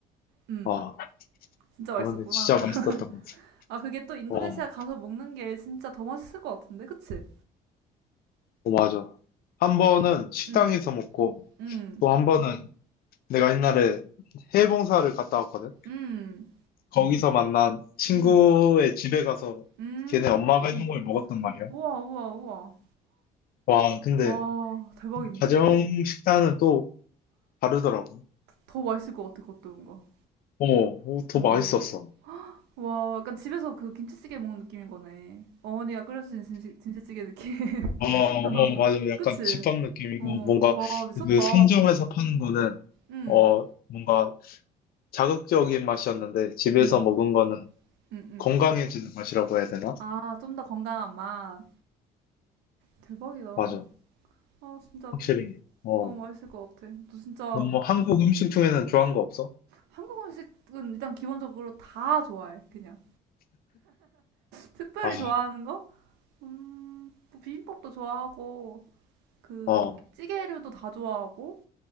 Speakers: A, on the right (about 85°); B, on the left (about 60°).
A: 음,
B: 아,
A: 진짜 맛있었구나.
B: 아, 근데 진짜
A: <laughs>
B: 맛있었던 것 같아.
A: 아, 그게 또 인도네시아
B: 어,
A: 가서 먹는 게 진짜 더 맛있을 것 같은데, 그치?
B: 어, 맞아. 한 번은 식당에서
A: 음,
B: 먹고,
A: 음,
B: 또 한 번은 내가 옛날에 해외 봉사를 갔다 왔거든.
A: 음,
B: 거기서 만난 친구의
A: 음,
B: 집에 가서
A: 음.
B: 걔네 엄마가 해준 걸 먹었단 말이야.
A: 우와, 우와, 우와.
B: 와, 근데
A: 와, 대박인데?
B: 가정 식단은 또 다르더라고.
A: 더 맛있을 것 같아, 그것도 뭔가.
B: 어, 어, 더
A: 어.
B: 맛있었어.
A: 와, 약간 집에서 그 김치찌개 먹는 느낌인 거네. 어머니가 끓여주신 김치, 김치찌개 느낌.
B: 어, 어,
A: <laughs>
B: 맞아. 약간
A: 그치?
B: 집밥 느낌이고
A: 어,
B: 뭔가
A: 와, 미쳤다.
B: 그 상점에서 파는 거는
A: 음.
B: 어, 뭔가 자극적인 맛이었는데 집에서
A: 응,
B: 먹은 거는
A: 응, 응.
B: 건강해지는 맛이라고 해야 되나?
A: 아, 좀 더 건강한 맛. 대박이다.
B: 맞아.
A: 아, 진짜
B: 확실히. 어.
A: 너무 맛있을 것 같아. 너 진짜
B: 너뭐 한국 음식 중에는 좋아하는 거 없어?
A: 한국 음식은 일단 기본적으로 다 좋아해, 그냥. 특별히
B: 아,
A: 좋아하는 거? 음, 뭐 비빔밥도 좋아하고, 그,
B: 어,
A: 찌개류도 다 좋아하고,